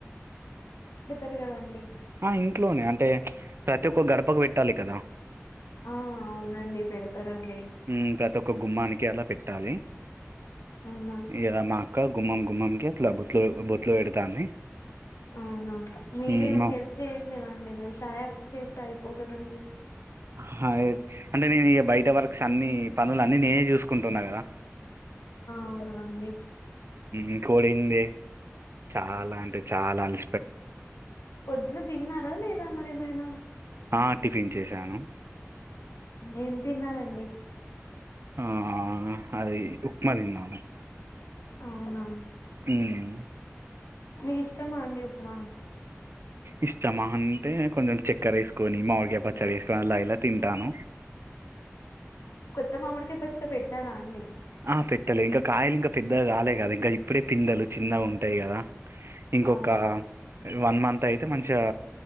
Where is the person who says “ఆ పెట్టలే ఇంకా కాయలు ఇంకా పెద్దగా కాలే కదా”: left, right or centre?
Right